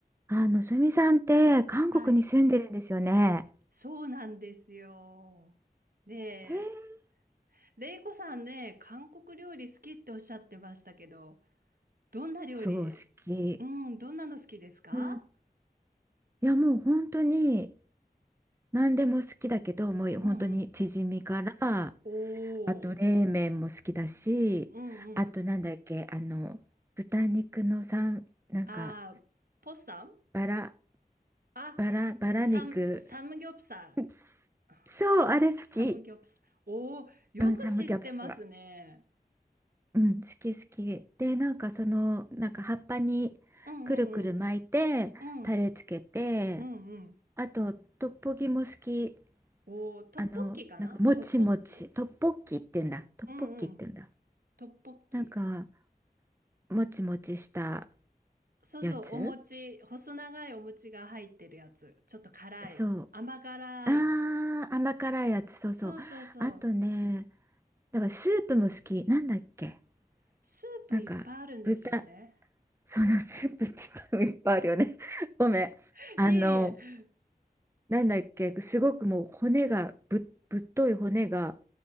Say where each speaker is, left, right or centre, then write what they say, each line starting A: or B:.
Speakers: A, on the right (about 15°); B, on the right (about 65°).
A: あ、のぞみさんって韓国に住んでるんですよね。
B: はい。そうなんですよ。で、
A: へえ
B: レイコさんね、韓国料理好きっておっしゃってましたけど、どんな料理、
A: そう、好き。
B: うん、どんなの好きですか
A: うん。いや、もう本当に何でも好きだけど、もう本当にチヂミから、
B: うんうん。お
A: あと冷麺も好きだし、
B: お。うんうん。
A: あとなんだっけ、あの、豚肉のさん、なんか、
B: あー、ポッサン
A: バラ、
B: あ、
A: バラ、バラ肉。
B: サム、サムギョプサル。
A: うんそう、
B: サム、
A: あれ好き。
B: サムギョプサル。おお、よく知ってますね。
A: うん、サムギョプサル。うん、好き好き。で、なんかその、なんか葉っぱにくるくる巻いて、
B: うんうんうん。うん
A: タレつけて、
B: うんうん。
A: あと、トッポギも好き。
B: おお、トッポッキかなトッポッキ
A: あの、なんかもちもち、トッポッキって言うんだ。トッポッキって言うんだ。
B: うんうん。トッポッキ。
A: なんか、もちもちした
B: そうそう、
A: やつ
B: お餅、細長いお餅が入ってるやつ。ちょっと辛い。
A: そう。
B: 甘辛い。
A: あー、甘辛いやつ、そうそう。
B: そうそうそう。
A: あとね、だからスープも好き。なんだっけ
B: スープいっぱいあるんですよね。
A: なんか、豚、そのスープって言ったらいっぱいあるよね。<laughs> ごめん。
B: <laughs>
A: あの、
B: いえいえ。
A: なんだっけ、すごくもう骨がぶ、ぶっとい骨が